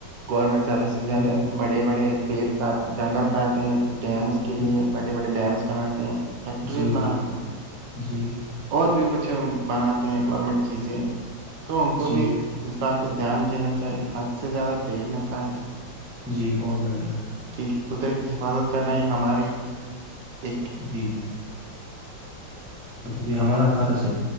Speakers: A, on the right; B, in the centre.
A: گورنمنٹ زیادہ سے سے زیادہ
B: جی جی
A: بڑے بڑے پیڑ کاٹ جنگل کاٹے ہیں ڈیمز کے
B: جی
A: لیے بڑے بڑے ڈیمس بناتے ہیں فیکٹریز
B: جی
A: بناتے
B: جی
A: ہیں
B: جی
A: اور بھی کچھ بناتے ہیں گورنمنٹ چیزیں تو ان کو
B: جی
A: بھی اس بات پہ دھیان دینا چاہے کہ حد سے زیادہ پیڑ نہ کاٹے
B: جی بہت بڑھیا
A: کیونکہ قدرت کی حفاظت کرنا یہ ہماری ایک
B: جی جی مطلب یہ ہمارا فرض ہے